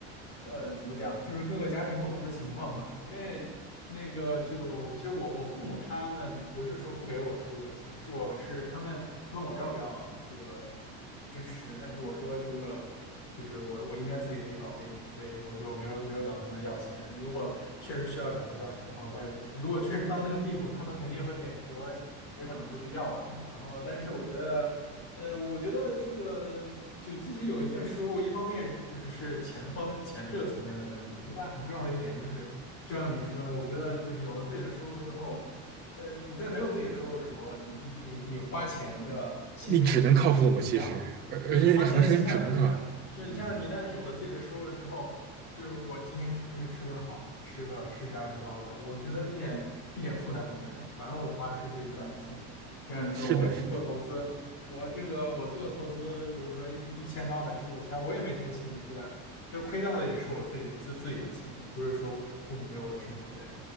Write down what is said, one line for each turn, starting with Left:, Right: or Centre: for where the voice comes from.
Left: 呃，怎么讲，就是各个家庭不同的情况吧。因为那个就我其实我我父母他们不是说不给我出这个钱，是我是他们问我要不要这个支持，但是我说这个就是我我应该自己可以搞定，所以我就没有没有找他们要钱。如果确实需要找他们要钱的话，我也如果确实到那个地步，他们肯定也会给我，也可能会去要吧。然后，但是我觉得。呃，我觉得这个就自己有一份收入，一方面就是是钱方面钱这个层面的问题，另外很重要的一点就是，就像你说，我觉得就是有了自己的收入之后，呃，你在没有自己的收入的时候，你你你花钱的心态就是完全不一样，
Right: 你只能靠父母，其实，而而且很多事情只能靠，
Left: 对你花钱的心态不一样，就是你像你一旦有了自己的收入之后，
Right: 嗯，
Left: 就是我今天出去吃顿好的吃个十几二十刀的，我觉得一点一点负担都没有，反正我花的是自己赚的钱，就像你说，
Right: 是的，
Left: 我要去做投资。
Right: 是的，
Left: 我这个我做的投资，比如说一一千到百只股票，我也没什么心理负担，因为亏掉的也是我自己自自己的钱，又不是说父母给我的生活费，